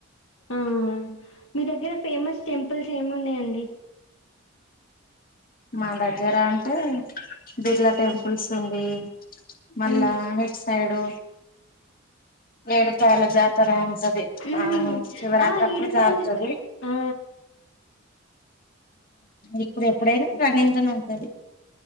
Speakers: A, on the left; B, on the left.
A: ఆ మీ దగ్గర ఫేమస్ టెంపుల్స్ ఏమి ఉన్నాయండి
B: మా దగ్గర అంటే బిర్లా టెంపుల్స్ ఉంది మళ్ళా
A: మ్మ్
B: ఇటు సైడు ఏడు పాయాల జాతర అమ్సది
A: మ్మ్
B: ఆ శివరాత్రి
A: ఆ
B: అప్పుడు
A: ఏడుపాయల్
B: సాగుత ది
A: ఆ
B: ఇప్పుడు ఎప్పుడైనా రన్నింగ్ లోనే ఉంటది